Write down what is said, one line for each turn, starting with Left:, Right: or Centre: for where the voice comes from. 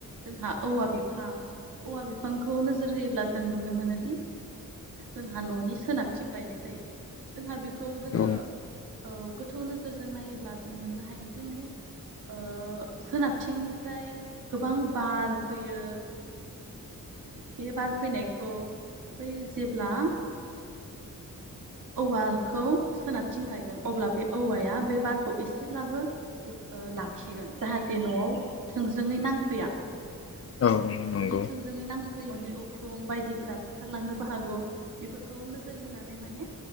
Right: जोंहा औवा बिफां औवा बिफांखौ नोजोर होयोब्ला जों नुनो मोनोदि जोंहा न'नि सोनाबथिं गायनाय जायो जोंहा बे खौ जोङो
Left: औ
Right: थौ नोजोरजों नायोब्ला जों मोननो हायोदि माने ओ सोनाबथिंनिफ्राय गोबां बार फैयो, बे बार फैनायखौ बै जेब्ला औवाखौ सोनाबथिं गायगोन अब्ला बे औवाया बे बारखौ एसेब्लाबो ओ लाखिगोन जाहाथे न'आव थोंजोङै नांफैया।
Left: औ नंगौ
Right: जुदि थोंजोङै नांफैयो न'नि उ खुम बायदिफोरा बुखारलांनोबो हागौ बेफोरखौ नोजोर होनानै माने